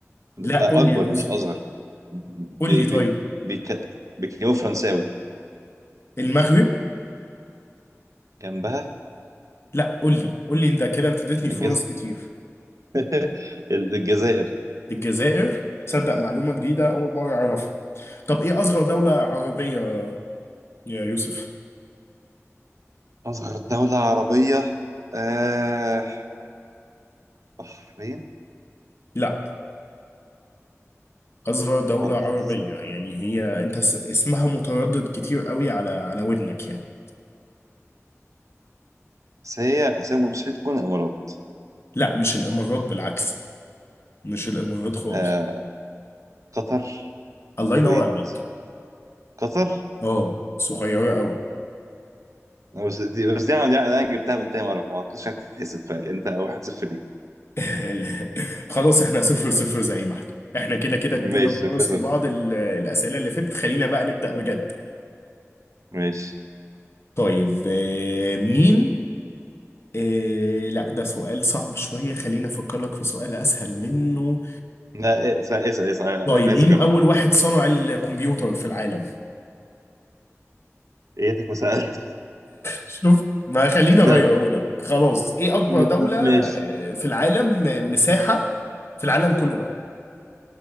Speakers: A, on the right; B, on the left.
A: آه،
B: لا قول لي
A: أكبر
B: يا يوسف
A: مش أصغر بي...
B: قول لي
A: بي...
B: طيب
A: بيك... بيتكلموا فرنساوي
B: المغرب
A: جنبها
B: لا قول لي قول لي انت كده انت اديتني فرص
A: الجز...
B: كتير
A: <laughs> الجزائر
B: الجزائر تصدق معلومة جديدة أول مرة أعرفها طب إيه أصغر دولة عربية يا يوسف؟
A: أصغر دولة عربية آه بحرين
B: لا أصغر دولة
A: ولا
B: عربية
A: أس-
B: يعني هي أنت س- اسمها متردد كتير قوي على على ودنك يعني
A: بس هي آسيا مستحيل تكون الإمارات
B: لا مش الإمارات بالعكس مش الإمارات خالص
A: آه قطر
B: الله
A: الكويت
B: ينور عليك
A: قطر
B: أه صغيرة قوي
A: آه، بس دي بس دي أنا دي أنا جبتها من تاني مرة ما كنتش هتتحسب فأنت واحد صفر ليك
B: <laughs> لا. خلاص إحنا صفر صفر زي ما إحنا إحنا كده كده
A: ماشي
B: ادينا فرص
A: صفر صفر
B: لبعض ال- الأسئلة اللي فاتت خلينا بقى نبدأ بجد
A: ماشي
B: طيب آه، مين إيه لا ده سؤال صعب شوية خليني أفكر لك في سؤال أسهل منه
A: لا إيه، اسأل اسأل اسأل عايز
B: طيب
A: عايز
B: مين
A: أجرب
B: أول واحد صنع الكمبيوتر في العالم؟ <laughs>
A: إيتك ما سألت
B: شوف ما خليني أغيره
A: طب
B: لك خلاص إيه
A: <laughs>
B: أكبر
A: م- م-
B: دولة
A: ماشي
B: آه، في العالم آه، مساحة في العالم كله بقى